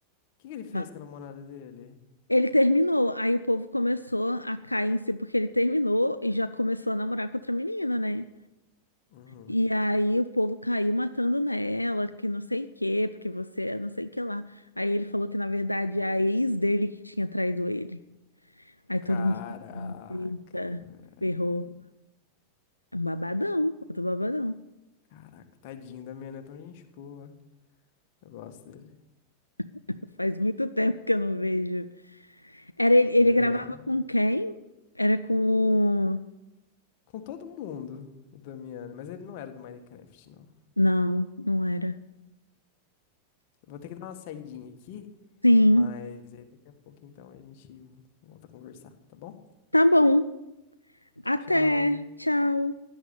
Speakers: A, on the left; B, on the left.
A: que que ele fez
B: Hã?
A: com a namorada dele?
B: Ele terminou, aí o povo começou a cair em si, porque ele terminou e já começou a namorar com outra menina, né?
A: Uhum.
B: E aí o povo caiu matando nela, que não sei o quê, porque você é não sei o que lá. Aí ele falou que, na verdade, a ex dele que tinha traído ele. Aí todo
A: Caraca,
B: mundo ficou assim, eita,
A: velho.
B: ferrou. É um babadão, outro babadão.
A: Caraca, tadinho, o Damiano é tão gente boa. Eu gosto dele.
B: <laughs> Faz muito tempo que eu não vejo. Era ele, ele
A: Ele é
B: gravava
A: legal.
B: com quem? Era com...
A: Com todo mundo, o Damiano, mas ele não era do Minecraft, não.
B: Não, não era.
A: Eu vou ter que dar uma saidinha aqui,
B: Sim,
A: mas aí daqui a pouco então a gente volta a conversar, tá bom?
B: tá bom. Até,
A: Tchau.
B: tchau.